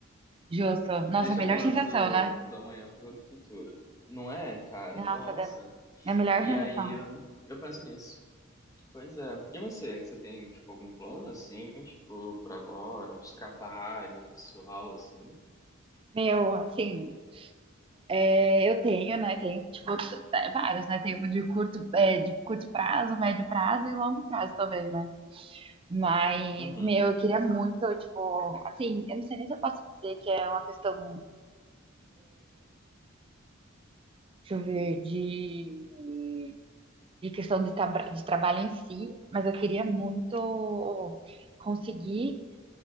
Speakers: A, on the right; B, on the left.
A: justo. Nossa,
B: Deixar
A: melhor
B: o programa
A: sensação,
B: do,
A: né?
B: do amanhã pro do futuro. Não é, cara?
A: Nossa,
B: Nossa.
A: deve- é a melhor
B: E
A: sensação.
B: aí eu, eu penso nisso. Pois é. E você? Você tem, tipo, algum plano, assim, tipo, por agora? De trabalho, pessoal, assim?
A: Meu, assim, é, eu tenho, né? Tenho, tipo, é, vários, né? Tenho de curto, é, de curto prazo, médio prazo e longo prazo também, né? Mas,
B: Uhum.
A: meu, eu queria muito, tipo, assim, eu não sei nem se eu posso dizer que é uma questão, deixa eu ver, de, de questão de, tabra- de trabalho em si, mas eu queria muito conseguir,